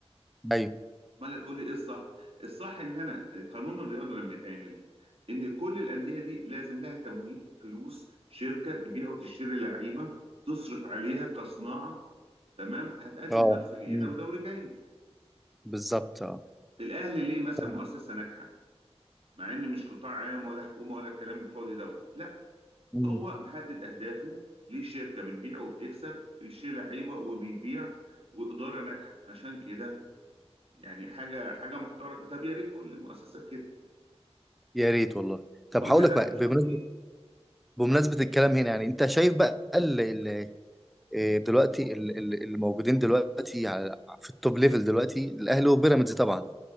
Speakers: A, in the centre; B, on the right.
A: ايوه
B: امال تقول لي ايه الصح الصح ان انا قانون الرياضة لما يتعمل ان كل الاندية دي لازم لها تمويل فلوس شركة تبيع وتشتري لعيبة تصرف عليها كصناعة تمام هتقدم
A: اه
B: منافسه جيده
A: امم
B: ودوري جيد
A: بالظبط اه
B: الاهلي ليه مثلا
A: طب
B: مؤسسه ناجحه مع ان مش قطاع عام ولا حكومه ولا الكلام الفاضي دوت لا
A: امم
B: هو محدد اهدافه ليه شركه بتبيع وبتكسب ليه لعيبه وبيبيع واداره ناجحه عشان كده يعني حاجه حاجه محترمه طب يا ريت كل المؤسسات كده
A: يا ريت والله طب
B: واحنا
A: هقول لك
B: ده اللي
A: بقى
B: مفتقدين
A: بمناسبه بمناسبه الكلام هنا يعني انت شايف بقى ال ال آه، دلوقتي ال- ال- اللي موجودين دلوقتي على- في التوب ليفل دلوقتي الاهلي وبيراميدز طبعا